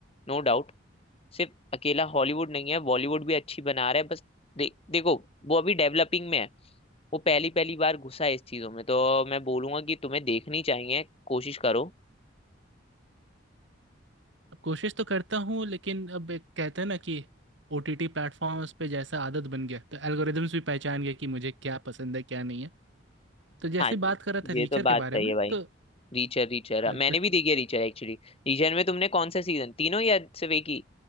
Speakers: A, on the left (about 30°); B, on the right (about 65°).
A: No doubt सिर्फ अकेला हॉलीवुड नहीं है बॉलीवुड भी अच्छी बना रहा है बस दे, देखो वो अभी डेवलपिंग में है वो पहली पहली बार घुसा है इस चीजों में तो मैं बोलूंगा कि तुम्हें देखनी चाहिए कोशिश करो
B: कोशिश तो करता हूँ लेकिन अब एक कहते हैं ना कि ओटीटी प्लेटफॉर्म्स पे जैसा आदत बन गया तो एल्गोरिदम्स भी पहचान गए कि मुझे क्या पसंद है क्या नहीं है तो जैसे
A: हाँ
B: बात कर रहा था
A: ये
B: रीचर
A: तो बात
B: के बारे
A: सही
B: में
A: है भाई
B: तो
A: रीचर रीचर
B: हाँ,
A: मैंने भी देखी है रीचर एक्चुअली रीचर में तुमने कौन सा सीजन तीनों या सिर्फ एक ही